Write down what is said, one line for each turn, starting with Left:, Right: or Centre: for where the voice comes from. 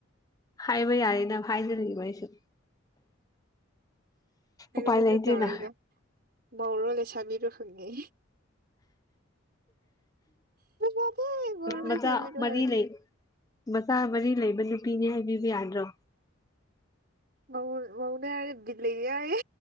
Left: ꯍꯥꯏꯕ ꯌꯥꯏꯌꯦꯅ ꯍꯥꯏꯖꯤꯜꯂꯤꯕꯥ ꯑꯩꯁꯨ
Right: ꯍꯥꯏꯕꯗꯁꯨ
Left: ꯎꯄꯥꯏ ꯂꯩꯇꯦꯅ
Right: ꯇꯧꯔꯒ ꯃꯧꯔꯣ ꯂꯩꯁꯥꯕꯤꯔꯣ ꯍꯪꯉꯤ ꯐꯖꯗꯦ ꯃꯧꯔꯣ ꯂꯩꯁꯥꯕꯤꯔꯣ
Left: ꯃꯆꯥ ꯃꯔꯤ
Right: ꯍꯥꯏꯔꯦ
Left: ꯂꯩ ꯃꯆꯥ ꯃꯔꯤ ꯂꯩꯕ ꯅꯨꯄꯤꯅꯦ ꯍꯥꯏꯕꯤꯕ ꯌꯥꯗ꯭ꯔꯣ
Right: ꯃꯧ ꯃꯧꯅꯦ ꯍꯥꯏꯔꯗꯤ ꯕꯤꯠ ꯂꯩꯇꯦ ꯍꯥꯏꯌꯦ